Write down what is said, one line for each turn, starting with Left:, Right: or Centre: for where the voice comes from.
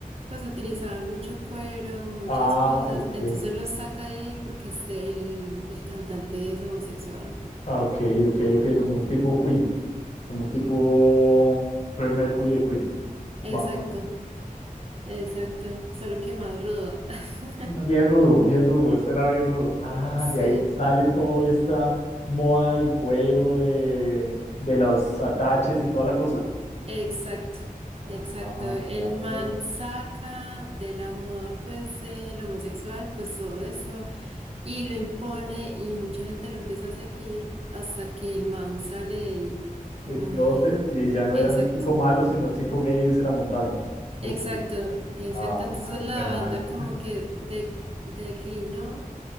Right: pues utilizaban mucho cuero, muchas
Left: Ah,
Right: cosas,
Left: ok.
Right: entonces los saca de ahí porque este, el, el cantante es homosexual.
Left: Ah, ok, ok, ok, como un tipo Queen, como un tipo Freddie Mercury de Queen.
Right: Exacto,
Left: Ma- ma-
Right: exacto, solo que más rudo. <laughs>
Left: Bien rudo, bien rudo, este era bien rudo. Ah,
Right: Sí,
Left: de ahí sale toda esta moda del cuero, de, de los ataches y toda la cosa.
Right: exacto, exacto.
Left: Ah,
Right: El
Left: vea
Right: man
Left: pues,
Right: saca de la moda, pues, el homosexual, pues todo eso y lo impone y mucha gente lo empieza a seguir hasta que el man sale el como
Left: de closet,
Right: del,
Left: y ya no
Right: exacto,
Left: era el chico malo, sino el chico gay y se la montaron. Ok.
Right: exacto, exacto.
Left: Ay,
Right: Entonces la
Left: re mal.
Right: banda como que de- declinó,